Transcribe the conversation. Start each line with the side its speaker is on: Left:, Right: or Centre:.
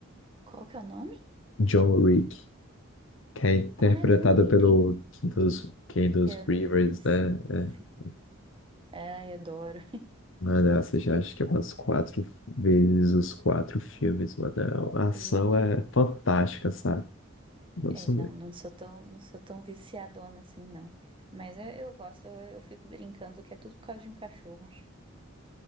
Right: Qual que é o nome?
Left: John Wick, que é interpretado
Right: Ah, John Wick.
Left: pelo Kendall Kendall
Right: Keanu
Left: Rivers,
Right: Reeves.
Left: né? É.
Right: Sim. Ai, adoro.
Left: Mano, eu assisti acho que umas quatro vezes os quatro filmes, mano. A ação
Right: Sério?
Left: é fantástica, sabe? Nossa,
Right: É, não, não sou tão, não sou tão viciadona assim, não. Mas eu, eu gosto, eu, eu fico brincando que é tudo por causa de um cachorro.